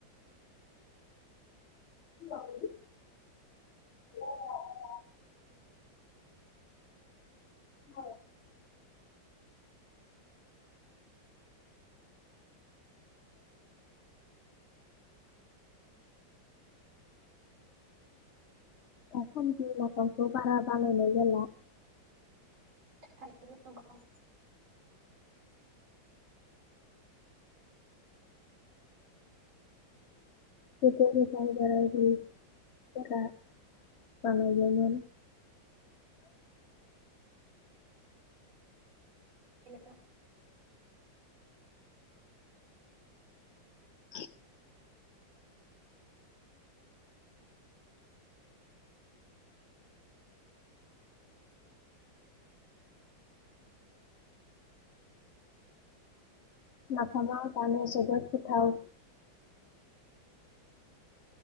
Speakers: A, on the left; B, on the right.
A: <unintelligible> <unintelligible> दासानदि नाफाम खौ बारा बानायायल जाला
B: थारैनो नंगौ
A: बेफोरखौ जों बाराबो जाला जानायोमोन
B: बे
A: <inaudible> नाफामा जानो जोबोत गोथाव